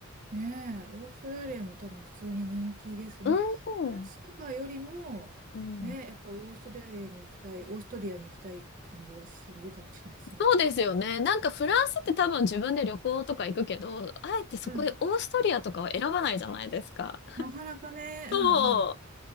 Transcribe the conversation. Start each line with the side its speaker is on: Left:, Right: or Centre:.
Right: ねえ、オーストラリアも多分普通に人気です。
Left: うん。
Right: まあ、フランスとかよりも、
Left: うん。
Right: ね、やっぱオーストラリアに行きたい、オーストリアに行きたい感じはするかもしれないですね、
Left: そうですよね。
Right: やっぱり。
Left: なんかフランスって多分自分で旅行とか行くけど、あえてそこでオーストリアとかは選ばないじゃないですか。
Right: うん。なかなかね、
Left: そ
Right: うんうん。